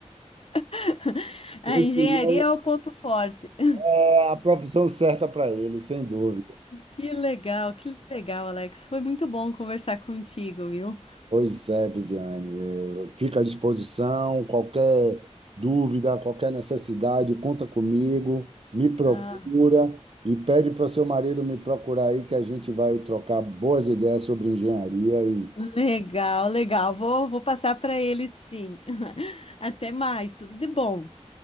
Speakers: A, on the left; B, on the right.
A: <laughs> A
B: eu
A: engenharia
B: diria
A: é o ponto forte. <laughs>
B: que é a profissão certa para ele, sem dúvida.
A: Que legal, que legal, Alex. Foi muito bom conversar contigo, viu?
B: Pois é, Viviane. Eu Fico à disposição. Qualquer dúvida, qualquer necessidade, conta comigo, me procura
A: Ah,
B: e pede para seu marido me procurar aí, que a gente vai trocar boas ideias sobre engenharia e
A: legal, legal. Vou, vou passar para ele, sim. <laughs> Até mais, tudo de bom.